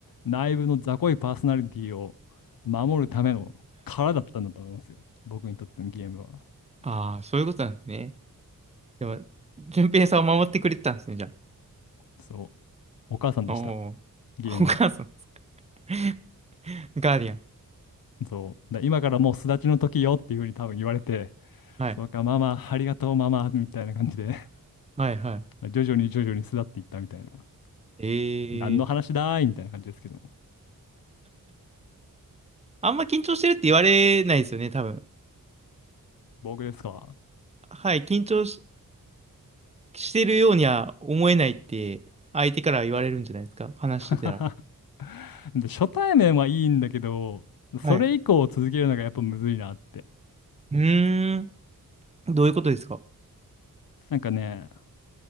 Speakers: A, on the left; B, on the right.
A: 内部の雑魚いパーソナリティを守るための殻だったんだと思いますよ。僕にとってのゲームは。
B: ああー、そういうことなんですね。でも、順平さんを守ってくれてたんですね、じゃ
A: そう、お母さんでした、
B: あ。おお、
A: ゲームが。
B: お母さん。<laughs> ガーディアン。
A: そう、だ今からもう巣立ちの時よっていうふうに多分言われて、
B: はい。
A: そうか、ママ、ありがとう、ママ、みたいな感じで <laughs>
B: はいはい。
A: 徐々に徐々に巣立っていったみたいな。
B: え
A: 何の話だーいみたいな感じですけど、
B: えーあんま緊張してるって言われないですよね、多分。
A: 僕ですか。
B: はい、緊張し、してるようには思えないって相手から言われるんじゃないですか、話してたら。
A: <laughs> で、初対面はいいんだけど、それ以降続けるのがやっぱむずいなって。
B: はい。うーん、どういうことですか
A: なんかね、